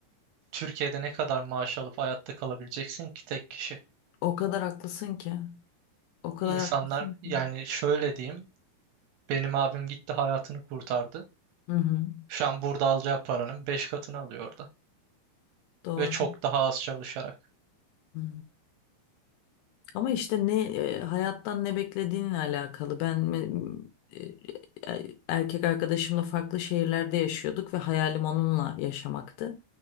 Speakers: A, on the right; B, on the left.
A: Türkiye'de ne kadar maaş alıp hayatta kalabileceksin ki tek kişi?
B: o kadar haklısın ki. O kadar
A: İnsanlar
B: haklısın ki.
A: yani şöyle diyeyim benim abim gitti hayatını kurtardı.
B: Hı hı.
A: Şu an burada alacağı paranın 5 katını alıyor orada.
B: Doğru.
A: Ve çok daha az çalışarak.
B: Hı. Ama işte ne e, hayattan ne beklediğinle alakalı. Ben me- e, e, erkek arkadaşımla farklı şehirlerde yaşıyorduk ve hayalim onunla yaşamaktı.